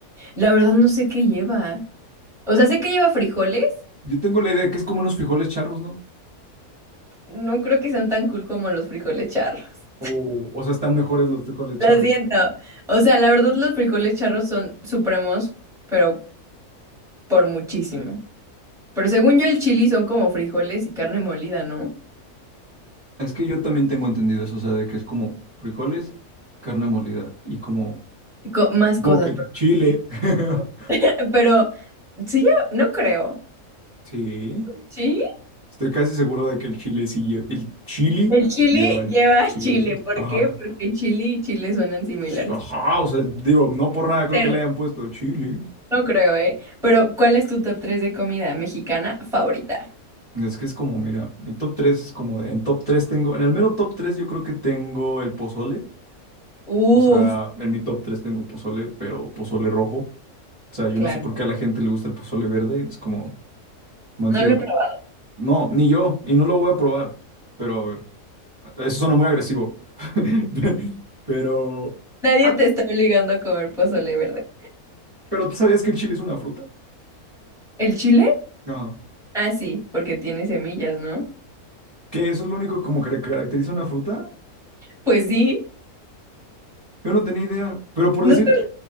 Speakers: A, in the centre; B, on the right (about 30°).
A: la verdad no sé qué lleva. O sea, sé que lleva frijoles.
B: Yo tengo la idea de que es como unos frijoles charros, ¿no?
A: No creo que sean tan cool como los frijoles charros.
B: O, o sea, están mejores los frijoles charros.
A: Lo siento. O sea, la verdad los frijoles charros son supremos, pero por muchísimo. Pero según yo el chili son como frijoles y carne molida, ¿no?
B: Es que yo también tengo entendido eso, o sea, de que es como frijoles, carne molida y como...
A: Y co- más
B: Supongo
A: cosas,
B: que el
A: pero,
B: chile. <laughs>
A: <laughs> pero sí, yo no creo.
B: Sí.
A: ¿Sí?
B: Estoy casi seguro de que el chile sí lleva. El chili
A: El chili
B: sí lleva
A: lleva
B: chile.
A: chile. ¿Por
B: Ajá.
A: qué? Porque chili y chile suenan similares.
B: Pues ajá. O sea, digo, no por nada creo
A: Pero
B: que le hayan puesto chile.
A: no creo, ¿eh? Pero ¿cuál es tu top 3 de comida mexicana favorita?
B: Es que es como, mira, mi top 3 es como de. En top 3 tengo. En el mero top 3 yo creo que tengo el pozole.
A: Uf,
B: O sea, en mi top 3 tengo pozole, pero pozole rojo. O sea, yo
A: claro.
B: no sé por qué a la gente le gusta el pozole verde. Es como, no entiendo.
A: No lo he probado.
B: No, ni yo. Y no lo voy a probar. Pero a ver, eso suena muy agresivo. <laughs> Pero...
A: Nadie
B: Ah,
A: te está obligando a comer pozole verde.
B: pero ¿tú sabías que el chile es una fruta?
A: ¿El chile?
B: Ajá.
A: Ah, sí, porque tiene semillas, ¿no?
B: Que eso es lo único como que caracteriza una fruta.
A: Pues sí.
B: Yo no tenía idea. Pero por
A: No,
B: decir,
A: sé.